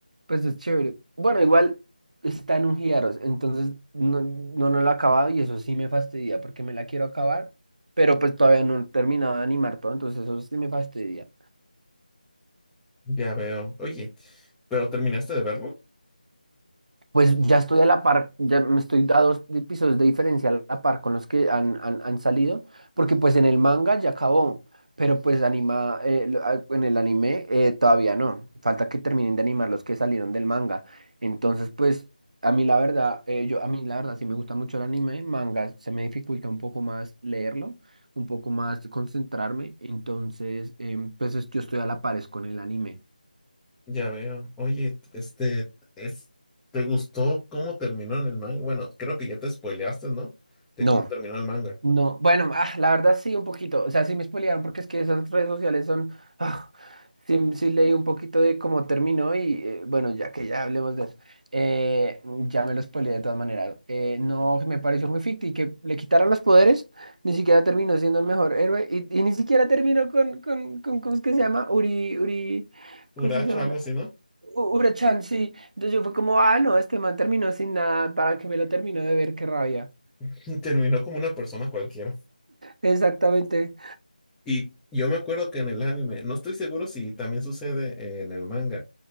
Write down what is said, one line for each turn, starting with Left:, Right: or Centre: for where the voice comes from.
Right: pues es chévere. Bueno, igual está en un Giaros, entonces no, no, no lo he acabado y eso sí me fastidia porque me la quiero acabar, pero pues todavía no he terminado de animar todo, entonces eso sí me fastidia.
Centre: Ya veo. Oye, ¿pero terminaste de verlo?
Right: Pues ya estoy a la par, ya me estoy a dos di- pisos de diferencia a la par con los que han, han- han salido, porque pues en el manga ya acabó, pero pues anima, eh, lo- ah, en el anime eh, todavía no, falta que terminen de animar los que salieron del manga. Entonces pues a mí la verdad, eh, yo a mí la verdad sí me gusta mucho el anime, manga se me dificulta un poco más leerlo, un poco más concentrarme, entonces em, pues es- yo estoy a la par es con el anime.
Centre: Ya veo. Oye, este, es, ¿te gustó cómo terminó en el manga? Bueno, creo que ya te spoileaste, ¿no? De
Right: No.
Centre: cómo terminó el manga.
Right: No, bueno, ah, la verdad sí, un poquito. O sea, sí me spoilearon porque es que esas redes sociales son. <laughs> ah, sí, sí leí un poquito de cómo terminó y eh, bueno, ya que ya hablemos de eso. eh, ya me lo spoileé de todas maneras. Eh, no, me pareció muy ficti que le quitaron los poderes, ni siquiera terminó siendo el mejor héroe y, y ni siquiera terminó con, con, con, ¿cómo es que se llama? Uri, Uri,
Centre: Uracho,
Right: ¿cómo es que se llama?
Centre: algo así, ¿no?
Right: U- Urachan, sí. Entonces yo fue como, ah, no, este man terminó sin nada, ¿para que me lo termino de ver? Qué rabia.
Centre: <laughs> Terminó como una persona cualquiera.
Right: Exactamente.
Centre: Y yo me acuerdo que en el anime, no estoy seguro si también sucede en el manga,